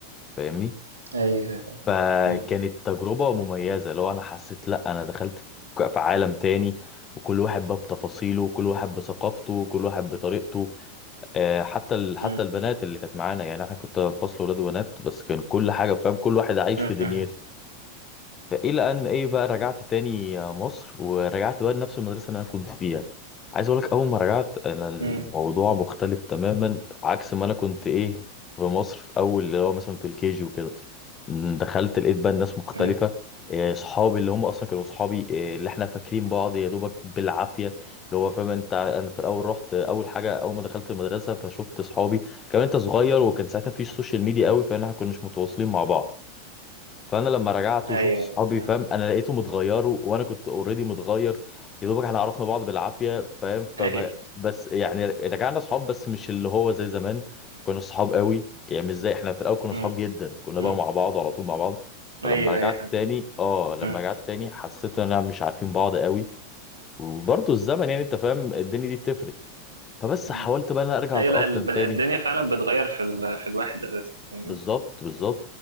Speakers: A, on the left (about 25°); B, on the right (about 75°).
A: فاهمني
B: أيوه
A: فكانت
B: مم.
A: تجربة مميزة لو انا حسيت لا انا دخلت في في عالم تاني وكل واحد بقى بتفاصيله وكل واحد بثقافته وكل واحد بطريقته آه، حتى ال... حتى
B: مم.
A: البنات اللي كانت معانا يعني احنا كنت فصل ولاد وبنات بس كان كل حاجه فاهم كل واحد عايش
B: مم.
A: في دنيته فالى ان ايه بقى رجعت تاني مصر ورجعت بقى لنفس المدرسه اللي انا كنت فيها عايز اقول لك اول ما رجعت انا الموضوع
B: مم.
A: مختلف تماما عكس ما انا كنت ايه في مصر في اول اللي هو مثلا في الكيجي وكده م، دخلت لقيت بقى الناس مختلفة
B: مم.
A: آه، صحابي اللي هم اصلا كانوا صحابي آه، اللي احنا فاكرين بعض يا دوبك بالعافية اللي هو فاهم انت انا في الاول رحت آه، اول حاجة اول ما دخلت المدرسة فشفت صحابي كمان انت صغير وكان ساعتها مفيش سوشيال ميديا قوي فاحنا كناش متواصلين مع بعض فانا لما رجعت
B: ايوه
A: وشفت صحابي
B: فاهم.
A: فاهم انا لقيته متغيروا وانا كنت اوريدي متغير يا دوبك احنا عرفنا بعض بالعافيه فاهم فما
B: ايوه
A: بس يعني رجعنا صحاب بس مش اللي هو زي زمان كنا صحاب قوي يعني مش زي احنا في الاول كنا صحاب
B: أمم،
A: جدا كنا
B: أمم.
A: بقى مع بعض وعلى طول مع بعض فلما
B: ايوه
A: رجعت
B: ايوه فاهم
A: تاني اه لما
B: أمم،
A: رجعت تاني حسيت ان انا مش عارفين بعض قوي وبرضه الزمن يعني انت فاهم الدنيا دي بتفرق فبس
B: أمم.
A: حاولت بقى إن انا ارجع
B: ايوه
A: اتاقلم
B: لا الب-
A: تاني
B: الدنيا فعلا بتغير في ال... في الواحد اساسا فاهمني؟
A: بالظبط بالظبط